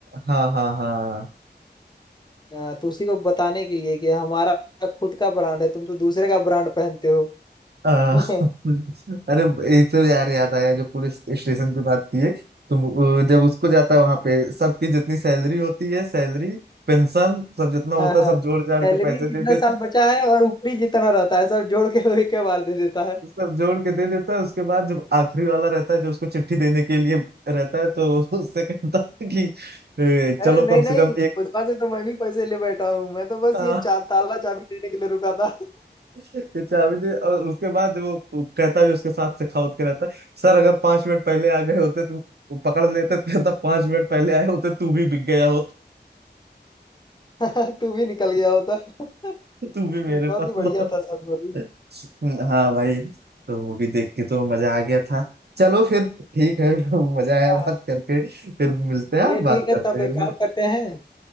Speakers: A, on the right; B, on the left.
A: हाँ हाँ हाँ
B: अ, तो उसी को बताने के लिए कि हमारा खुद का ब्रांड है तुम तो दूसरे का ब्रांड पहनते हो
A: अ,
B: <laughs>
A: <laughs> अरे एक तो यार याद आया जो पुलिस स्टेशन की बात की है तुम अ, जब उसको जाता है वहां पे सबकी जितनी सैलरी होती है सैलरी पेंशन सब जितना होता
B: हाँ हाँ
A: है सब
B: हाँ
A: जोड़ जाड़
B: सैलरी
A: के पैसे
B: कितना
A: दे देता
B: साल
A: है
B: बचा है और ऊपरी जितना रहता है सब जोड़ के वो एक के बार दे देता है
A: सब जोड़ के दे देता है उसके बाद जब आखिरी वाला रहता है जो उसको चिट्ठी देने के लिए रहता है तो <laughs> उससे कहता है कि "ए,
B: अरे
A: चलो
B: नहीं
A: कम
B: नहीं
A: से कम एक
B: पुष्पा से तो मैं भी पैसे ले बैठा हूँ मैं तो बस
A: हाँ।"
B: ये चा, ताला चाबी देने के लिए रुका था
A: ये चाबी दे और उसके बाद वो वो कहता भी उसके साथ सखावत के रहता है सर अगर पांच मिनट पहले आ गए होते तो वो पकड़ लेते तो कहता पांच मिनट पहले आए होते तू भी बिक गया होता
B: <laughs> तू भी निकल गया होता <laughs>
A: तू भी मेरे
B: बहुत
A: पास
B: ही बढ़िया
A: <laughs>
B: था सब बोली
A: ना। हाँ भाई तो मूवी देख के तो मजा आ गया था चलो फिर ठीक है <laughs> मजा आया
B: हाँ
A: बात
B: हाँ।
A: करके फिर मिलते हैं
B: चलिए
A: बात
B: ठीक है
A: करते
B: तब
A: हैं
B: एक काम
A: फिर
B: करते हैं